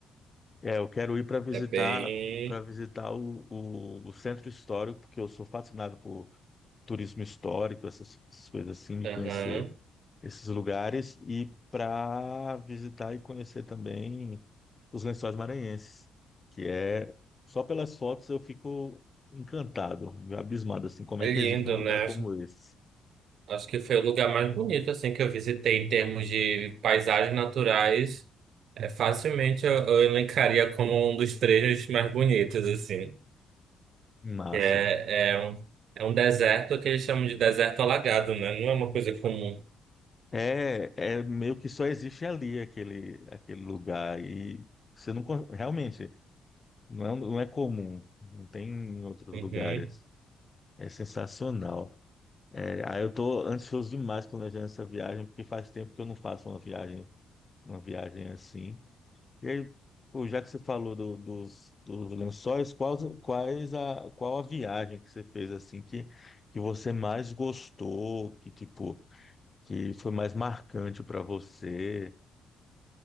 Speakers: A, on the left (about 30°); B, on the right (about 70°).
A: É, eu quero ir para visitar
B: É bem.
A: para visitar o, o, o centro histórico, porque eu sou fascinado por turismo histórico, essas, essas coisas assim, de
B: Aham.
A: conhecer esses lugares e para visitar e conhecer também os Lençóis Maranhenses, que é só pelas fotos eu fico encantado, abismado assim, como
B: É
A: é que
B: lindo,
A: existe um lugar
B: né?
A: como
B: Acho
A: esse?
B: acho que foi o lugar mais bonito, assim, que eu visitei em termos de paisagens naturais. É, facilmente eu, eu elencaria como um dos trechos mais bonitos, assim.
A: Massa.
B: que é, é um, é um deserto que eles chamam de deserto alagado, né? Não é uma coisa comum.
A: É, é meio que só existe ali aquele aquele lugar e você não con- realmente não é, um, não é comum, não tem em outros
B: Uhum.
A: lugares. É sensacional. É, aí eu tô ansioso demais planejando essa viagem, porque faz tempo que eu não faço uma viagem uma viagem assim. E aí, pô, já que você falou do- dos, dos lençóis, quais, quais a, qual a viagem que você fez assim que, que você mais gostou, que tipo, que foi mais marcante para você?